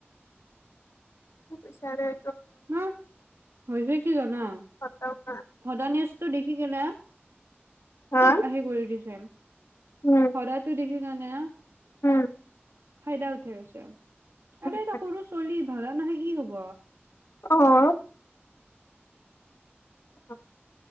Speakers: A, on the left (about 85°); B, on the right (about 75°).
A: মোক পেছা নাই।
B: না হৈছে কি জানা?
A: <unintelligible>
B: ভদা নিজটো দেখি কেনে,
A: হা
B: চ'ব আহি কৰি দিছে।
A: উম।
B: ভদাতো দেখি কাৰণে
A: উম।
B: হয় দে উঠে আছে,
A: উম,
B: আৰে এটা
A: তাকে।
B: সৰু ছোৱালী ভদা নহয় কি হ'ব।
A: অহ'। অ'